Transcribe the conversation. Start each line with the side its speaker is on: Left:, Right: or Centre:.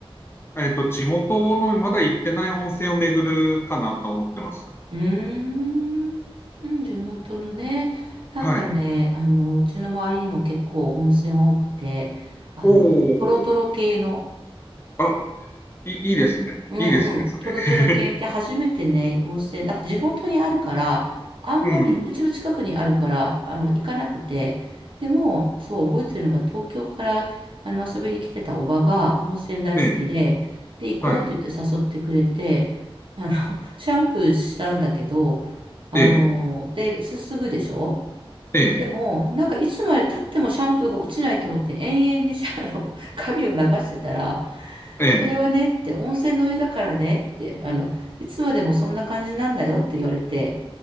Left: <laughs> えっと、地元のまだ行ってない温泉を巡るかなと思ってます。
Right: うーん、うん、地元のね、なんかね、
Left: はい。
Right: あの、うちの周りにも結構温泉多くて、あの、
Left: おお。
Right: トロトロ系の
Left: あ、い、いいですね。
Right: うんうん。
Left: いいですね、それ。
Right: トロトロ系って初めてね、温泉、なんか地元にあるから、あんまり、
Left: うん。
Right: うちの近くにあるから、あの、行かなくて、でも、そう、覚えてるのが、東京から、あの、遊びに来てたおばが、温泉大好きで、
Left: ええ。
Right: で、行こうって言って誘ってくれて、
Left: はい。
Right: あの、<laughs> シャンプーしたんだけど、あの、
Left: ええ。
Right: で、す、すぐでしょ
Left: ええ。
Right: でも、なんかいつまで経ってもシャンプーが落ちないと思って延々にシャあの髪を流してたら、
Left: ええ。
Right: それはねって、温泉のお湯だからねって、あの、いつまでもそんな感じなんだよって言われて、